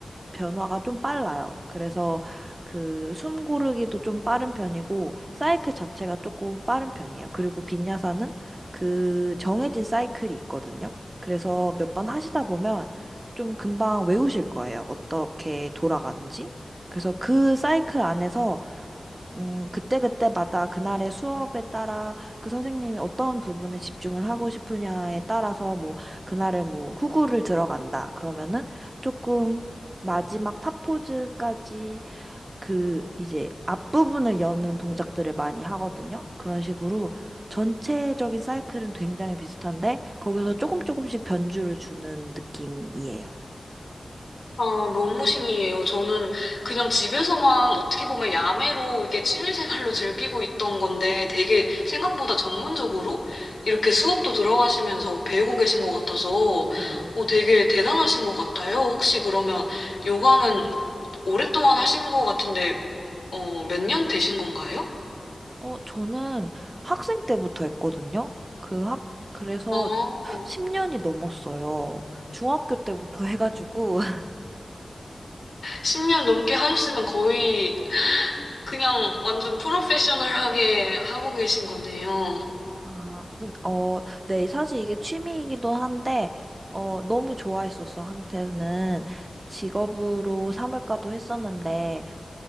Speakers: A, on the right; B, on the left.
A: 변화가 좀 빨라요. 그래서 그 숨 고르기도 좀 빠른 편이고 사이클 자체가 조금 빠른 편이에요. 그리고 빈야사는 그 정해진 사이클이 있거든요. 그래서 몇 번 하시다 보면 좀 금방 외우실 거예요. 어떻게 돌아가는지. 그래서 그 사이클 안에서, 음, 그때그때마다 그날의 수업에 따라 그 선생님이 어떤 부분에 집중을 하고 싶으냐에 따라서 뭐, 그날은 뭐, 후구를 들어간다. 그러면은 조금 마지막 탑포즈까지 그 이제 앞부분을 여는 동작들을 많이 하거든요. 그런 식으로 전체적인 사이클은 굉장히 비슷한데, 거기서 조금 조금씩 변주를 주는 느낌이에요.
B: 아, 너무 신기해요. 저는 그냥 집에서만 어떻게 보면 야매로 이게 취미생활로 즐기고 있던 건데 되게 생각보다 전문적으로 이렇게 수업도 들어가시면서 배우고 계신 것 같아서
A: 네.
B: 어, 되게 대단하신 것 같아요. 혹시 그러면 요가는 오랫동안 하신 것 같은데 어, 몇 년 되신 건가요?
A: 어, 저는 학생 때부터 했거든요. 그 학, 그래서
B: 아,
A: 10년이 넘었어요. 중학교 때부터 해가지고. <laughs>
B: 10년 넘게 하셨으면 거의 그냥 완전 프로페셔널하게 하고 계신 거네요.
A: 아, 근, 어, 네, 사실 이게 취미이기도 한데, 어, 너무 좋아했었어, 한때는. 직업으로 삼을까도 했었는데,